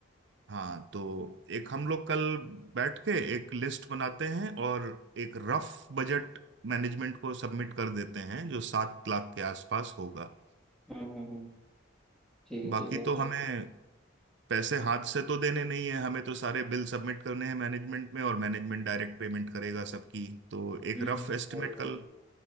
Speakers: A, on the right; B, in the centre.
A: हाँ तो एक हम लोग कल बैठ के एक लिस्ट बनाते हैं और एक रफ बजट मैनेजमेंट को सबमिट कर देते हैं जो सात लाख के आसपास होगा
B: हम्म हम्म हम्म, ठीक है
A: बाकी
B: ठीक है
A: तो
B: सही
A: हमें
B: बात।
A: पैसे हाथ से तो देने नहीं है हमें तो सारे बिल सबमिट करने हैं मैनेजमेंट में और मैनेजमेंट डायरेक्ट पेमेंट करेगा सबकी तो एक
B: हम्म
A: रफ एस्टिमेट
B: वही वही
A: कल